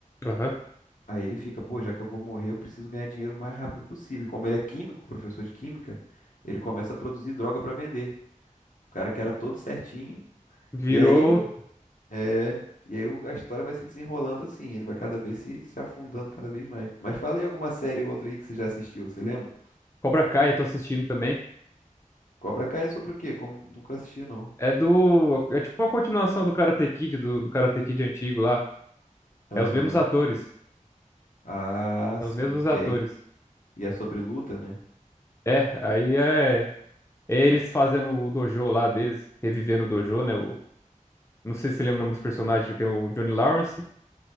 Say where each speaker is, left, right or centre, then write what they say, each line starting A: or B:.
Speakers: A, on the left (about 20°); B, on the left (about 70°).
A: Aham.
B: Aí ele fica, pô, já que eu vou morrer, eu preciso ganhar dinheiro o mais rápido possível. E como ele é químico, professor de química, ele começa a produzir droga pra vender. O cara que era todo certinho.
A: Virou
B: E aí, é, e aí o- a história vai se desenrolando assim, ele vai cada vez se, se afundando cada vez mais. Mas fala aí alguma série ou outra aí que você já assistiu, você lembra?
A: Cobra Kai, tô assistindo também.
B: Cobra Kai é sobre o quê? Como nunca assisti, não.
A: É do. É tipo uma continuação do Karate Kid, do, do Karate Kid antigo lá.
B: Aham.
A: É os mesmos atores.
B: Ah,
A: É
B: sim.
A: os mesmos atores.
B: E aí? E é sobre luta, né?
A: É, aí é. É Eles fazendo o dojo lá deles, revivendo o dojo, né? O, não sei se você lembra o nome dos personagens, tem o Johnny Lawrence,